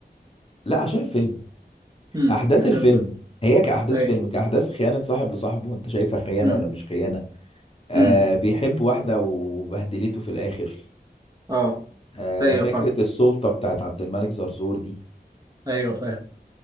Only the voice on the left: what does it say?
لا عشان الفيلم
أحداث
الفيلم
هي كأحداث
فيلم كأحداث خيانة صاحب لصاحبه أنت شايفها خيانة
ولا مش خيانة آه
بيحب واحدة وبهدلته في الآخر
آه
فكرة
السلطة بتاعت عبد الملك زرزور دي